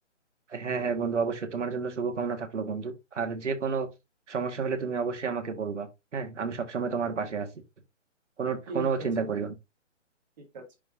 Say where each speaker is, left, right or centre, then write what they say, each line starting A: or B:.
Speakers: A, on the right; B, on the right.
A: হ্যাঁ হ্যাঁ বন্ধু অবশ্যই তোমার জন্য শুভকামনা থাকলো বন্ধু আর যে কোনো সমস্যা হলে তুমি অবশ্যই আমাকে বলবা হ্যাঁ আমি সবসময় তোমার পাশে আছি কোনো
B: ঠিক
A: কোনো চিন্তা
B: আছে বন্ধু
A: করিও না
B: ঠিক আছে